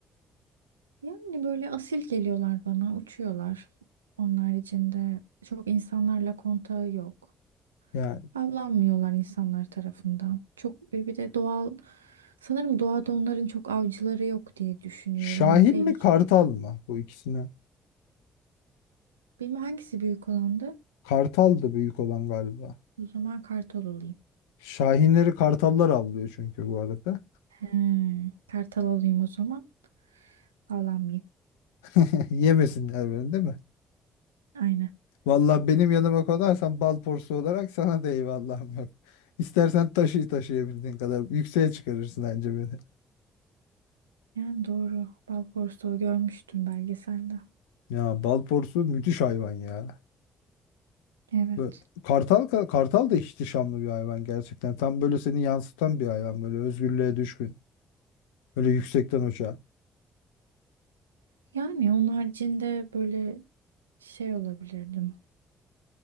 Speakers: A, on the right (about 85°); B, on the left (about 80°).
A: Yani böyle asil geliyorlar bana, uçuyorlar. Onlar içinde çok insanlarla kontağı yok.
B: Yani
A: Avlanmıyorlar insanlar tarafından. Çok e, bir de doğal sanırım doğada onların çok avcıları yok diye düşünüyorum.
B: Şahin
A: Hani tehlike.
B: mi Kartal mı bu ikisinden?
A: Bilmem hangisi büyük olandı.
B: Kartal da büyük olan galiba.
A: O zaman kartal olayım.
B: Şahinleri kartallar avlıyor çünkü bu arada.
A: He, kartal olayım o zaman. Avlanmayayım.
B: <laughs> Yemesinler beni değil mi?
A: Aynen.
B: Vallahi benim yanıma konarsan bal porsu olarak sana da eyvallahım yok. <laughs> İstersen taşı taşıyabildiğin kadar yükseğe çıkarırsın bence beni.
A: Yani doğru. Bal porsuğu görmüştüm belgeselde.
B: Ya bal porsu müthiş hayvan ya.
A: Evet.
B: Ve Kartal, ka- kartal da ihtişamlı bir hayvan gerçekten. Tam böyle seni yansıtan bir hayvan böyle özgürlüğe düşkün. Böyle yüksekten uçağa.
A: Yani onun haricinde böyle şey olabilirdim.